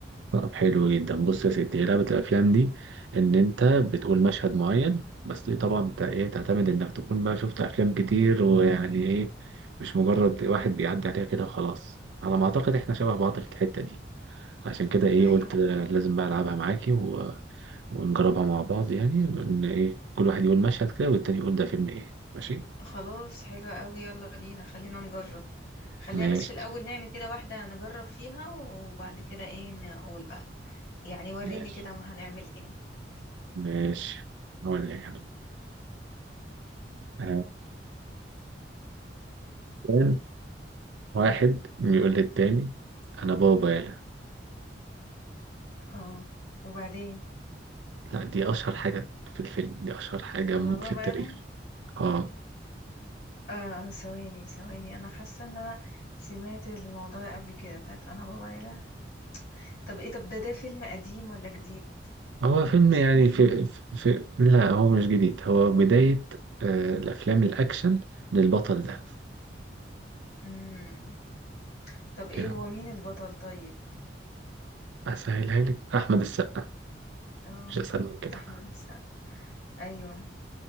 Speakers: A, on the right; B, on the left.
A: طب حلو جدا بص يا ستي هي لعبه الافلام دي ان انت بتقول مشهد معين بس دي طبعا بت- ايه تعتمد انك تكون بقى شفت افلام كتير ويعني ايه مش مجرد واحد بيعدي عليها كده وخلاص على ما اعتقد احنا شبه بعض في الحته دي عشان كده ايه
B: ايوه
A: قلت آه، لازم بقى العبها معاكي و... ونجربها مع بعض يعني ان ايه كل واحد يقول مشهد كده والتاني يقول ده فيلم ايه ماشي
B: خلاص حلوة قوي يلا بينا خلينا نجرب خلينا
A: ماشي
B: بس في الاول نعمل كده واحدة نجرب فيها وبعد كده ايه نقول بقى يعني وريني
A: ماشي
B: كده هنعمل ايه
A: ماشي اقول لك آه، كان واحد بيقول للتاني انا بابا يالا
B: اه وبعدين
A: لا دي اشهر حاجة في الفيلم دي اشهر حاجة
B: انا
A: م-
B: بابا
A: في التاريخ
B: يلا
A: اه
B: اه ثواني ثواني انا حاسة ان انا سمعت الموضوع ده قبل كده بتاعت انا بابا يلا طب ايه طب ده ده فيلم قديم ولا جديد
A: هو فيلم
B: حاسة
A: يعني
B: جديد
A: في, في, في لا هو مش جديد هو بداية آه الافلام الاكشن للبطل ده
B: امم طب ايه
A: يعني
B: هو مين البطل طيب
A: اسهلها لك احمد السقا
B: اه
A: مش اسهل من كده
B: احمد
A: بقى
B: السقا ايوه